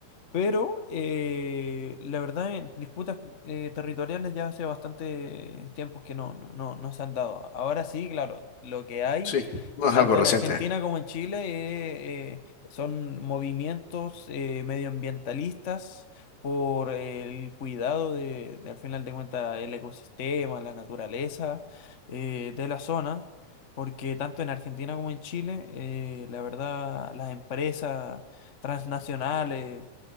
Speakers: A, on the left (about 45°); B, on the left (about 70°).
A: Pero eh, la verdad, en disputas eh, territoriales ya hace bastante tiempo que no, no, no no se han dado. Ahora sí, claro, lo que hay.
B: Sí, no es
A: Tanto
B: algo reciente.
A: en Argentina como en Chile eh, eh, son movimientos eh, medioambientalistas por el cuidado de, de, al final de cuentas, el ecosistema, la naturaleza eh, de la zona, porque tanto en Argentina como en Chile, eh, la verdad, las empresas transnacionales